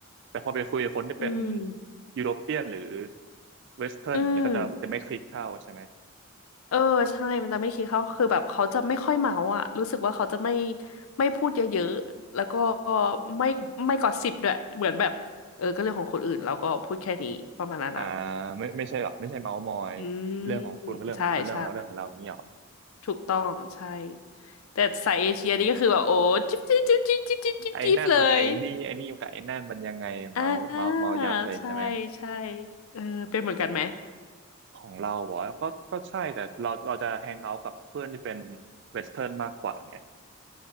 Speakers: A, on the right (about 55°); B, on the left (about 80°).
A: แต่พอไปคุยกับคนที่เป็น
B: อืม
A: ยุโรเปียนหรือเวสเทิร์นอย่างเงี้ยก็จะจะไม่คลิกเข้าใช่ไหม
B: อืมเออใช่มันจะไม่คิดเขาคือแบบเขาจะไม่ค่อยเมาอ่ะรู้สึกว่าเขาจะไม่ไม่พูดเยอะๆแล้วก็ไม่ไม่กอสซิปด้วยเหมือนแบบเออก็เรื่องของคนอื่นแล้วก็พูดแค่นี้ประมาณนั้นอ่ะ
A: อ่าไม่ไม่ใช่หรอกไม่ใช่เมาส์มอยเรื่องของคุณก็เรื่องของคุณเรื่องของเราเรื่องของเราอย่างเงี้ยหรอ
B: อืมใช่ใช่ถูกต้องใช่แต่สายเอเชียนี่ก็คือแบบโอ้จิ๊บจิ๊บจิ๊บจิ๊บจิ๊บจิ๊บจิ๊บจิ๊บเลย
A: ไอ้นั่นมันกับไอ้นี่ไอ้นี่มันกับไอ้นั่นมันยังไงเมาส์เมาส์เมายับเลยใช่ไหม
B: อ่าใช่ใช่เออเป็นเหมือนกันไหม
A: ของเราเหรอก็ก็ใช่แต่เราเราจะแฮงเอาท์กับเพื่อนที่เป็นเวสเทิร์นมากกว่าไง